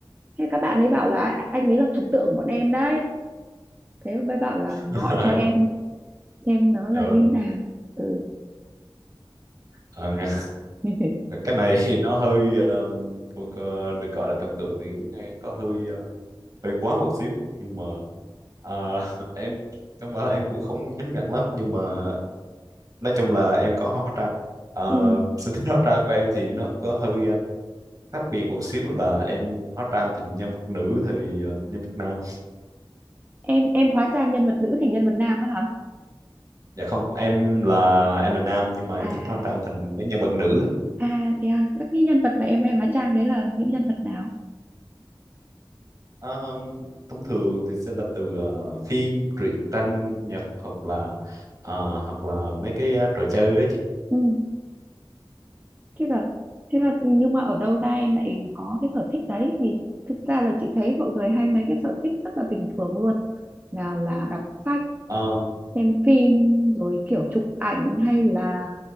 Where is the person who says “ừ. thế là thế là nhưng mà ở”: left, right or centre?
Right